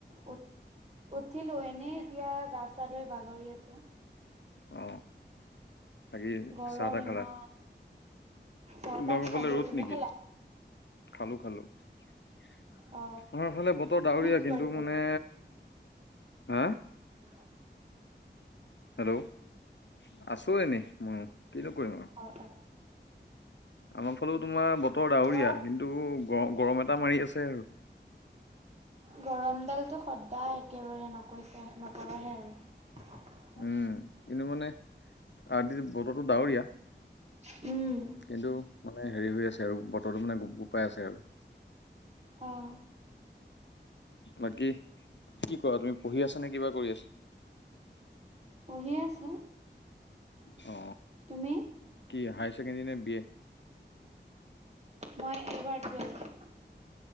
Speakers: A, on the right; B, on the left.
A: উ উঠিলো এনেই এতিয়া গা চা ধৰি বাগৰি আছো
B: অ বাকে
A: গৰম
B: চাহটাা
A: ইমান
B: খেলা
A: চাহ তাহ
B: নগ
A: খালো।
B: হাললে ৰ'দ
A: তুমি
B: নেকি
A: খালা?
B: খালো খালো আমাৰ
A: অ
B: ফালে বতৰ ডাৱৰীয়া
A: তুমি কি
B: কিন্তু
A: কৰিছা?
B: মানে হা
A: উ
B: হেল্ল' আছোঁ এনেই মই কিনকৰিম আৰু
A: অ অ
B: আমাৰ ফালেও তোমাৰ বতৰ ডাৱৰীয়া
A: কোৱা
B: কিন্তু গ গৰম এটা মাৰি আছে আৰু
A: গৰমডালটো সদায় একেবাৰে নকৈছে নকবাহে আৰু
B: উম কিন্তু মানে আদ বতৰটো ডাৱৰীয়া
A: উম
B: কিন্তু মানে হেৰি হৈ আছে আৰু বতৰটোো মানে গোপ গোপাই আছে আৰু
A: অঁ
B: বাকী কি কোৱা তুমি পঢ়ি আছা নে কিবা কৰি আছা
A: চহি আছো
B: অ
A: তুমি
B: কি হায়াৰ ছেকেণ্ডাৰী নে বি এ
A: মই এবাৰটো আছোঁ